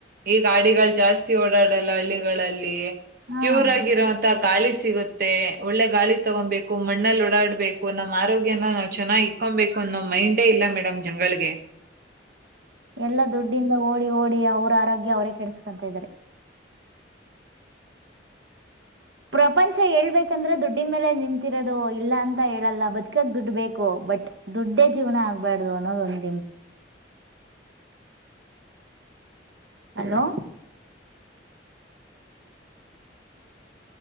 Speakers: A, on the right; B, on the right.
A: ಈ ಗಾಡಿಗಳು ಜಾಸ್ತಿ ಓಡಾಡಲ್ಲ ಹಳ್ಳಿಗಳಲ್ಲಿ
B: ಹಾಂ
A: ಕ್ಯೂರ್ ಆಗಿರಂತ ಗಾಳಿ ಸಿಗುತ್ತೆ ಒಳ್ಳೆ ಗಾಳಿ ತಗೊಬೇಕು ಮಣ್ಣಲ್ಲಿ ಓಡಾಡ್ಬೇಕು ನಮ್ಮ್ ಆರೋಗ್ಯನ ನಾವ್ ಚೆನ್ನಾಗಿ ಕೊಬೇಕು ಅನ್ನೋ ಮೈಂಡೇ ಇಲ್ಲ ಮೇಡಮ್ ಜನ್ಗಳಿಗೆ
B: ಎಲ್ಲ ದುಡ್ಡಿಂದ ಓಡಿ ಓಡಿ ಅವ್ರ ಆರೋಗ್ಯ ಅವರೇ ಕೆಡಸ್ಕೊತ ಇದಾರೆ ಪ್ರಪಂಚ ಹೇಳ್ಬೇಕಂದ್ರೆ ದುಡ್ಡನ ಮೇಲೆ ನಿಂತಿರೋದು ಇಲ್ಲ ಅಂತ ಹೇಳಲ್ಲ ಬದುಕಕ್ ದುಡ್ ಬೇಕು ಬಟ್ ದುಡ್ಡೇ ಜೀವನ ಆಗ್ಬಾರ್ದು ಅನ್ನೋದ ಒಂದ ನಿಮ್
A: ಹ <inaudible>
B: ಹಲೋ